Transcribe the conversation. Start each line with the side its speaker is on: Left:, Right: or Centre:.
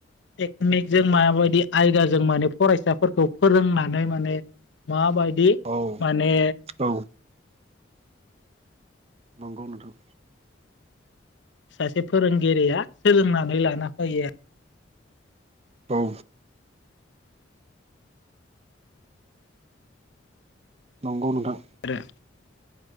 Left: टेकनिकजों माबायदि आयदाजों माने फरायसाफोरखौ फोरोंनानै माने माबायदि
Right: औ
Left: माने
Right: औ नंगौ नोंथां
Left: सासे फोरोंगिरिया सोलोंनानै लाना फैयो आरो।
Right: औ नंगौ नोंथां
Left: आरो